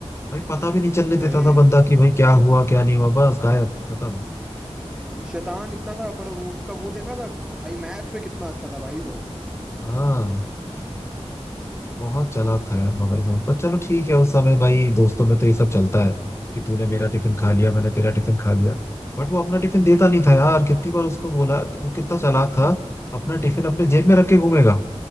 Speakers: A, on the left; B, in the centre.
A: भाई पता भी नहीं चलने
B: वही
A: देता था बंदा कि भाई क्या हुआ क्या नहीं हुआ बस गायब खत्म
B: हम्म, शैतान इतना था पर वो उसका वो देखा था कि पढ़ाई मैथ्स में कितना अच्छा था भाई वो
A: हाँ बहुत
B: हम्म,
A: चालाक था यार मगर वो पर चलो ठीक है उस समय भाई दोस्तों में तो ये सब चलता है कि तूने मेरा टिफिन खा लिया मैंने तेरा टिफिन खा लिया बट वो अपना टिफिन देता नहीं था यार कितनी बार उसको बोला वो कितना चालाक था अपना टिफिन अपने जेब में रख के घूमेगा